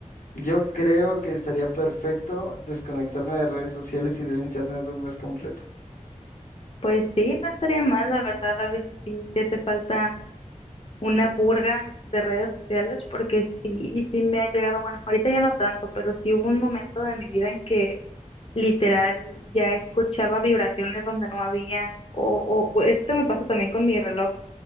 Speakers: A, on the left (about 85°); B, on the left (about 45°).
A: Yo creo que estaría perfecto desconectarme de redes sociales y del internet un mes completo.
B: Pues sí, no estaría mal, la verdad, a veces sí, sí hace falta una purga de redes sociales, porque sí, sí me ha llegado, bueno, ahorita ya no tanto, pero sí hubo un momento de mi vida en que Literal, ya escuchaba vibraciones donde no había, o, o- o esto me pasa también con mi reloj,